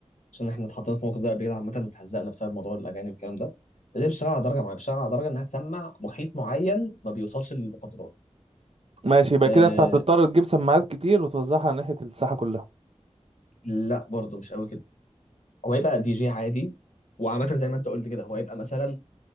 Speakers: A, on the left; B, on the right.
A: عشان احنا اتحطينا في موقف ده قبل كده عامه واتهزقنا بسبب موضوع الاغاني والكلام ده لازم بتشتغل على درجه معينه بتشتغل على درجه انها تسمع محيط معين ما بيوصلش للمخاطرات
B: ماشي يبقى
A: آه
B: كده انت هتضطر تجيب سماعات كتير وتوزعها على ناحية الساحة كلها
A: لا برضه مش قوي كده هو هيبقى دي جي عادي وعامة زي ما انت قلت كده هو هيبقى مثلا